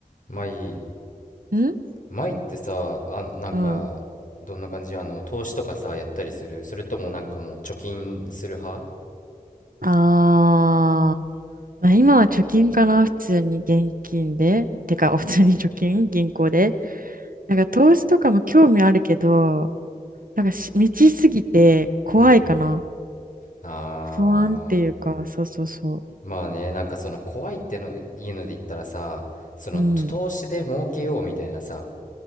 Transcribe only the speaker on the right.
ん
うん。
あー。まあ、今は貯金かな、普通に現金で。てか、普通に貯金、銀行で。なんか投資とかも興味あるけど、なんかし未知すぎて怖いかな。
不安っていうか、そうそうそ
う。うん。